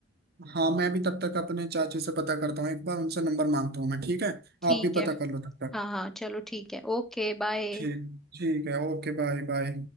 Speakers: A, on the right (about 50°); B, in the centre.
A: हाँ मैं भी तब तक अपने चाचू से पता करता हूँ एक बार उनसे नंबर मांगता हूँ मैं ठीक है
B: ठीक
A: आप भी
B: है
A: पता कर लो तब तक
B: हाँ हाँ चलो ठीक है ओके बाय
A: ठीक ठीक है ओके बाय बाय